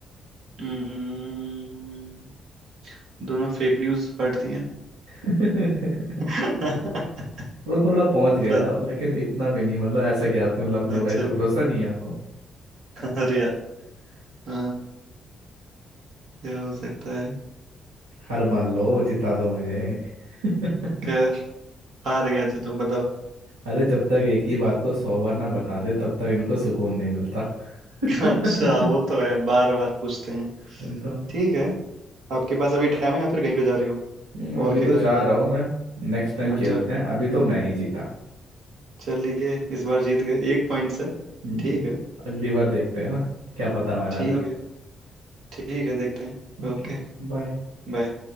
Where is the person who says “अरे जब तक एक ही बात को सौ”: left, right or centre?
Right